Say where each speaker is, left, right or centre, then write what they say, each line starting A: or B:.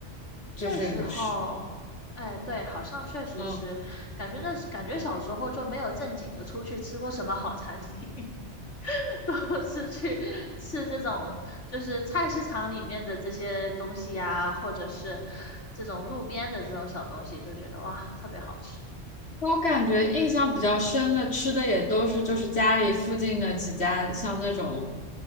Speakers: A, on the left (about 60°); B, on the left (about 80°).
A: 就是是，
B: 那时候，哎，对，好像确实是，
A: 嗯，
B: 感觉那感觉小时候就没有正经的出去吃过什么好餐厅，<laughs> 都是去吃这种就是菜市场里面的这些东西呀、或者是这种路边的这种小东西，就觉得哇，特别好吃。
A: 我感觉印象比较深的吃的也都是就是家里附近的几家，像那种